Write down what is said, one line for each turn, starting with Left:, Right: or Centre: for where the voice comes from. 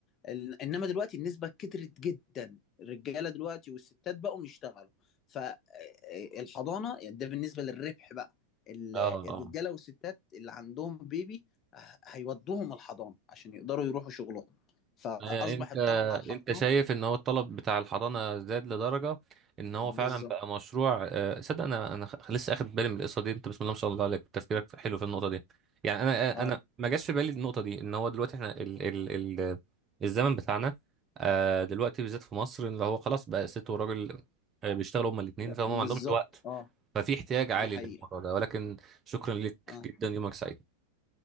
Left: ال- انما دلوقتي النسبة كترت جدا الرجالة دلوقتي والستات بقوا يشتغلوا فالحضانة يعني ده بالنسبة للربح بقى ال-
Right: اه
Left: الرجالة والستات اللي عندهم بيبي ه- هيودوهم الحضانة عشان يقدروا يروحوا شغلهم فأصبح
Right: آه، انت
Left: الطلب على الحضانات
Right: انت شايف ان هو الطلب بتاع الحضانه زاد لدرجه ان هو
Left: بالظبط
Right: فعلا بقى مشروع آه، صدق انا انا خ- لسه اخد بالي من القصه دي انت بسم الله ما شاء الله عليك تفكيرك حلو في النقطه دي يعني انا آه،
Left: اه
Right: انا ما جاش في بالي النقطه دي ان هو دلوقتي احنا ال ال ال الزمن بتاعنا آه، دلوقتي بالذات في مصر اللي هو خلاص بقى ست وراجل آه، بيشتغلوا هما الاثنين فهم
Left: بالظبط
Right: ما عندهمش وقت
Left: اه
Right: ففي احتياج عالي
Left: دي حقيقة
Right: للموضوع ده ولكن شكرا لك
Left: اه
Right: جدا يومك سعيد